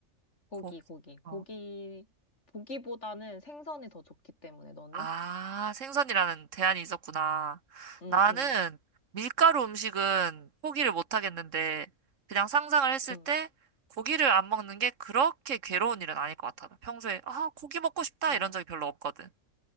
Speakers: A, on the left (about 55°); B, on the right (about 65°).
A: 고기,
B: 고기.
A: 고기.
B: 어.
A: 고기, 고기보다는 생선이 더 좋기 때문에 너는?
B: 아, 생선이라는 대안이 있었구나.
A: 응,
B: 나는
A: 응,
B: 밀가루 음식은 포기를 못 하겠는데, 그냥 상상을 했을
A: 응.
B: 때 고기를 안 먹는 게 그렇게 괴로운 일은 아닐 것 같아. 평소에, 아, 고기 먹고 싶다
A: 어.
B: 이런 적이 별로 없거든.